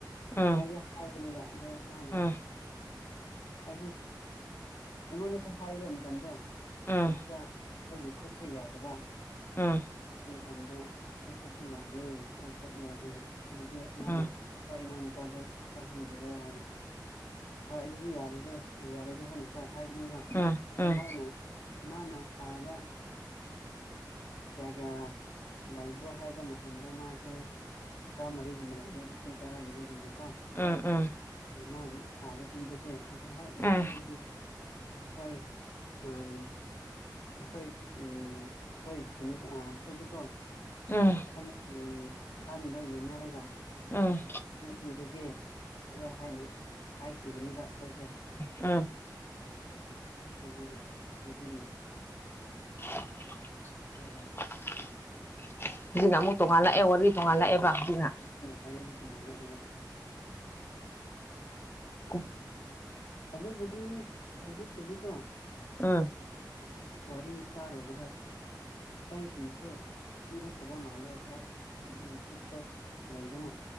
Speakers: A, on the left; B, on the left.
A: ꯎꯝ
B: ꯍꯥꯏꯔꯦ ꯍꯥꯏꯕꯅꯦꯕ ꯑꯗꯣ ꯃꯥꯅ
A: ꯎꯝ ꯎꯝ
B: ꯑꯩꯁꯨ ꯑꯩꯉꯣꯟꯗꯁꯨ ꯍꯥꯏꯕ ꯃꯇꯝꯗꯣ
A: ꯎꯝ
B: ꯑꯗꯨꯗ
A: ꯎꯝ
B: ꯑꯩꯒꯤ ꯈꯨꯠꯁ ꯌꯥꯗꯕ
A: ꯎꯝ
B: ꯑꯗꯨ ꯃꯇꯝꯗ ꯑꯩ ꯈꯨꯠꯁꯤ ꯌꯥꯗꯦ ꯑꯩ ꯆꯠꯂꯣꯏ ꯍꯥꯏꯅ ꯑꯗꯨꯗꯤ ꯃꯥꯅ
A: ꯎꯝ ꯎꯝ
B: ꯍꯣꯏ ꯏꯅꯥꯎꯅꯨꯄꯥꯗꯨ꯫ ꯆꯪꯍꯟꯕꯤꯔꯣ ꯍꯥꯏꯅ ꯍꯣꯏ ꯑꯗꯨꯗꯤ ꯌꯥꯔꯗꯤ ꯌꯥꯔꯒꯦ ꯍꯥꯏꯅ꯫ ꯀꯣ ꯍꯥꯏꯕꯅꯦꯕ
A: ꯎꯝ ꯎꯝ
B: ꯃꯣꯏꯅ ꯃꯥꯅ ꯊꯥꯗ꯫ ꯀꯌꯥ ꯀꯌꯥ ꯂꯩꯕ꯭ꯔꯣ ꯍꯥꯏꯕ ꯃꯇꯝꯗ ꯃꯥꯁꯦ꯫ ꯇꯔꯥꯃꯔꯤꯒꯨꯝꯕ ꯂꯩꯌꯦ ꯂꯤꯁꯤꯡ ꯇꯔꯥꯃꯔꯤꯒꯨꯝꯕ ꯀꯣ꯫
A: ꯎꯝ ꯎꯝ꯫
B: ꯑꯃꯥ ꯊꯥꯗ ꯄꯤꯕꯁꯦ ꯑꯗꯨꯗ ꯍꯣꯏ ꯌꯥꯔꯦ
A: ꯎꯝ
B: ꯑꯗꯨꯗꯤ꯫ ꯑꯩꯈꯣꯏ ꯑꯥ꯫ ꯑꯩꯈꯣꯏ ꯎꯝ ꯑꯩꯈꯣꯏ ꯈꯨꯟꯗ ꯀꯣ ꯑꯩꯈꯣꯏꯗꯀꯣ꯫
A: ꯎꯝ꯫
B: <unintelligible> ꯎꯝ ꯏꯁꯥꯅꯗꯣ ꯌꯦꯟꯅꯔꯒ꯫
A: ꯎꯝ꯫
B: ꯄꯤ ꯄꯤꯔꯒꯦ ꯑꯗꯣ ꯍꯥꯏꯅ ꯍꯥꯏꯈꯤꯕꯅꯦꯕ ꯑꯩꯈꯣꯏꯁꯦ꯫
A: ꯎꯝ
B: ꯑꯗꯨꯒ ꯍꯧꯖꯤꯛꯅ꯫
A: <unintelligible>
B: <unintelligible>
A: <unintelligible> ꯑꯗꯨꯅ ꯑꯃꯨꯛ ꯇꯣꯉꯥꯟꯅꯂꯑꯦ ꯋꯥꯔꯤ꯫ ꯇꯣꯡꯉꯟꯜ ꯂꯥꯛꯑꯦꯕ ꯍꯧꯖꯤꯛꯅ꫰꫰
B: ꯋꯥꯔꯤꯗ ꯇꯣꯡꯉꯥꯜꯂꯛꯑꯦꯕ
A: <unintelligible>
B: ꯑꯗꯨꯕꯨꯗꯤ ꯍꯧꯖꯤꯛꯄꯨꯗꯤꯀꯣ꯫
A: ꯎꯝ
B: <unintelligible> ꯋꯥꯔꯤ ꯇꯥꯔꯨꯕꯗ ꯑꯇꯩꯁꯤꯡꯁꯨ꯫ ꯄꯤꯔꯛꯇꯕ ꯃꯥꯜꯂꯦ ꯈꯔ ꯄꯤꯛꯄ ꯂꯩꯗꯅ꯫